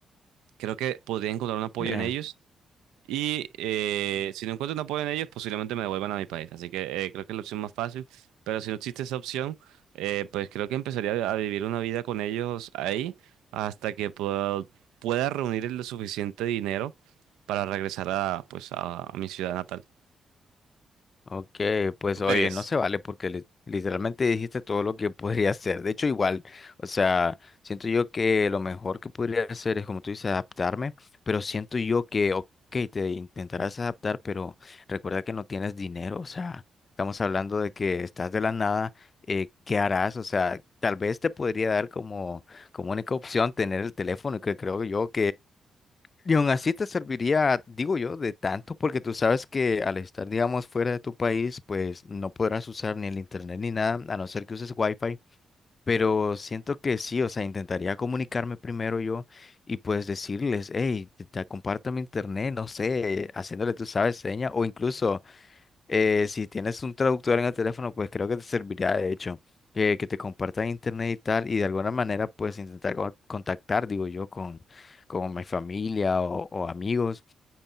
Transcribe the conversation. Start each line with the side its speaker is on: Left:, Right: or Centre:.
Right: creo que podría encontrar un apoyo
Left: Eh,
Right: en ellos. Y eh, si no encuentro un apoyo en ellos, posiblemente me devuelvan a mi país. Así que eh, creo que es la opción más fácil. Pero si no existe esa opción, eh, pues creo que empezaría a vivir una vida con ellos ahí hasta que pueda, pueda reunir el suficiente dinero para regresar a, pues, a, a mi ciudad natal.
Left: Ok, pues
Right: ¿Tú
Left: oye,
Right: qué harías?
Left: no se vale porque li- literalmente dijiste todo lo que <laughs> podría hacer. De hecho, igual, o sea, siento yo que lo mejor que podría hacer es, como tú dices, adaptarme, pero siento yo que, ok, te intentarás adaptar, pero recuerda que no tienes dinero, o sea, estamos hablando de que estás de la nada, eh, ¿qué harás? O sea, tal vez te podría dar como, como única opción tener el teléfono, que creo yo y aún así te serviría, digo yo, de tanto, porque tú sabes que al estar, digamos, fuera de tu país, pues no podrás usar ni el internet ni nada, a no ser que uses wifi. Pero siento que sí, o sea, intentaría comunicarme primero yo y pues decirles, hey, te, te comparto mi internet, no sé, haciéndole, tú sabes, seña, o incluso eh, si tienes un traductor en el teléfono, pues creo que te serviría de hecho que, que te compartas internet y tal, y de alguna manera pues intentar co- contactar, digo yo, con, con mi familia o, o amigos.